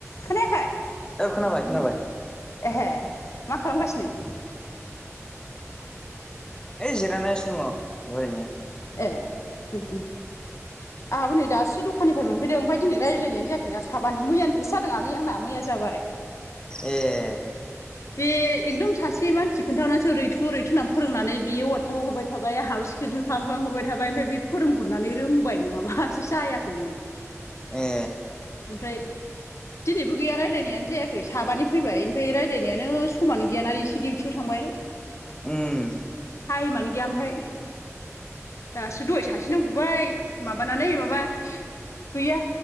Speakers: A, on the left; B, on the left.
A: खोनायाखै
B: खोनाबाय खोनाबाय।
A: एहे मा खालामगासिनो?
B: जिरायनानैस दङ ओरैनो।
A: ए उम उम। आहाबो नै दासो दखाननिफ्राय मोनफैदों ओमफ्राय दिनै रायलायनाय जायाखैना साबानि मैयानिफ्रायसो जादों आगै आंना मैया जाबाय।
B: एह।
A: बे एकदम सासे मानसि खोनथा हदनानसो ओरैथु ओरैथु होननानै फोरोंनानै बेयो वाटसापाव हरबाय थाबाय आहा स्क्रिन सथ खालाम खालाम हरबाय थाबाय ओमफ्राय बे फोरोंहरनानै रोंबाय नङाबा जायाखैमोन।
B: ए
A: ओमफ्राय दिनैबो गैया रायलायनायानो जायाखै साबानि फैबाय ओमफाय रायलाय नायानो समानो गैया ना इसो डिउथियाव थांबाय।
B: उम
A: थाइमानो गैया ओफाय। दासो दहाय सासेनाव बुबाय माबानानै माबा गैया